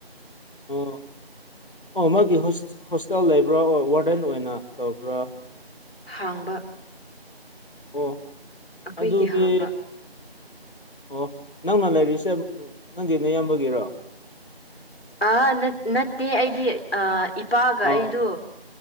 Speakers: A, on the left; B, on the left.
A: ꯑꯣ ꯑꯣ ꯃꯥꯒꯤ ꯍꯣꯁꯇꯦꯜ ꯂꯩꯕ꯭ꯔꯥ ꯑꯣ ꯋꯥꯔꯗꯦꯟ ꯑꯣꯏꯅ ꯇꯧꯕ꯭ꯔꯥ
B: ꯍꯥꯡꯕ
A: ꯑꯣ
B: ꯑꯩꯈꯣꯏꯒꯤ
A: ꯑꯗꯨꯗꯤ
B: ꯍꯥꯡꯕ
A: ꯑꯣ ꯅꯪꯅ ꯂꯩꯔꯤꯁꯦ ꯅꯪꯒꯤ ꯅꯌꯥꯝꯕꯒꯤꯔꯣ
B: ꯑꯥ ꯅꯠꯇꯦ ꯑꯩꯗꯤ ꯑ ꯏꯄꯥꯒ
A: ꯑꯥ
B: ꯑꯩꯗꯣ
A: ꯑꯥ ꯑꯥ